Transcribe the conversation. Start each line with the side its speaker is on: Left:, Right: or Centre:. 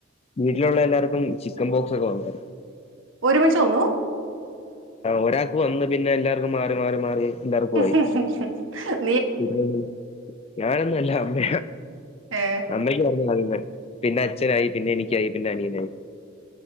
Left: വീട്ടിലുള്ള എല്ലാർക്കും ചിക്കൻ ബോക്സ്ഒക്കെ വന്നാരുന്നു
Right: ഒരുമിച്ച വന്നു
Left: ഒരാൾക്ക് വന്ന് പിന്നെ എല്ലാവർക്കും മാറി മാറി മാറി
Right: ഉ
Left: എല്ലാവർക്കും ആയി
Right: ഉ ഉ
Left: പിന്നെ ഞാനൊന്നുംല്ല അമ്മ
Right: ഏ
Left: അമ്മക്ക് പറഞ്ഞ അതിൻ പിന്നെ അച്ഛനായി പിന്നെ എനിക്കായി പിന്നെ അനിയനായി